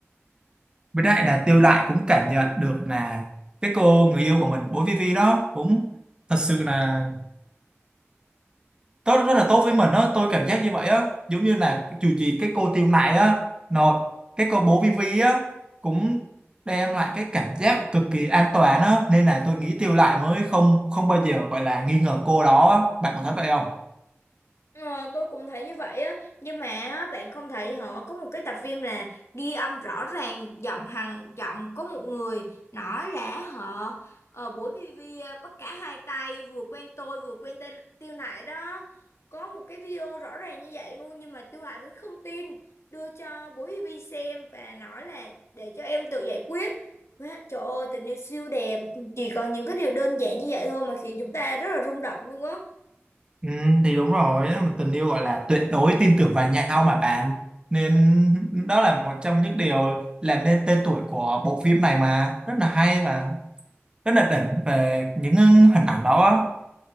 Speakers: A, on the right; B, on the left.
A: với lại là Tiêu Lại cũng cảm nhận được là cái cô người yêu của mình bố Vivi đó cũng thật sự là rất rất là tốt với mình á tôi cảm giác như vậy á giống như là cái- dù gì cái cô Tiêu Nại á nó cái cô bố Vivi á cũng đem lại cái cảm giác cực kỳ an toàn á nên là tôi nghĩ Tiêu Nại mới không không bao giờ gọi là nghi ngờ cô đó á. bạn có thấy vậy không
B: Ờ, tôi cũng thấy như vậy á nhưng mà á, bạn không thấy họ có một cái tập phim là ghi âm rõ ràng giọng hằng giọng có một người nói là họ ờ, buổi BV bắt cả hai tay vừa quen tôi vừa quen tên Tiêu Nại đó có một cái video rõ ràng như vậy luôn nhưng mà Tiêu Nại vẫn không tin đưa cho buổi BV xem và nói là để cho em tự giải quyết Má, trời ơi tình yêu siêu đẹp chỉ còn những cái điều đơn giản như vậy thôi mà khiến chúng ta rất là rung động luôn á
A: ừ, thì đúng rồi á, mà tình yêu gọi là tuyệt đối tin tưởng vào nhau mà bạn nên đó là một trong những điều làm nên tên tuổi của bộ phim này mà rất là hay và rất là đỉnh về những hình ảnh đó á